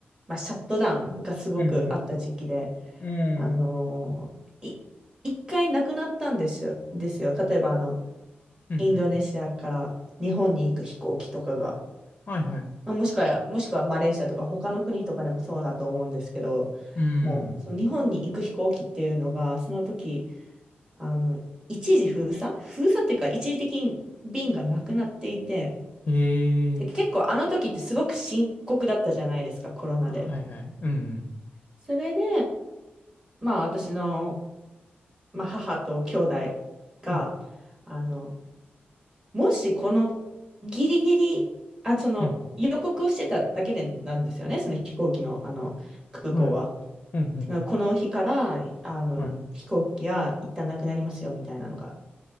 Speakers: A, on the right; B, on the left.
A: まあ、シャットダウンがすごくあった時期で、
B: うん、うん。
A: あの、
B: うん。
A: い、一回なくなったんですよ、ですよ。例えば、あの、
B: うん、うん。
A: インドネシアから日本に行く飛行機とかが。
B: はい、はい。
A: まあ、もしくは、もしくはマレーシアとか他の国とかでもそうだと思うんですけど、
B: うん。
A: もう、その日本に行く飛行機っていうのが、その時、あの、一時封鎖封鎖っていうか、一時的に便がなくなっていて、
B: へえ。
A: で、結構あの時ってすごく深刻だったじゃないですか、コロナで。
B: あはい、はい。うん。
A: それで、まあ私の、まあ、母と兄弟が、
B: うん。
A: あの、もしこのギリギリ、あ、その予告をしてただけでなんですよね、
B: うん。
A: その飛行機の、あの空港は。
B: はい。うん、うん。
A: てかこの日から、あの、
B: はい。
A: 飛行機は一旦なくなりますよ、みたいなのが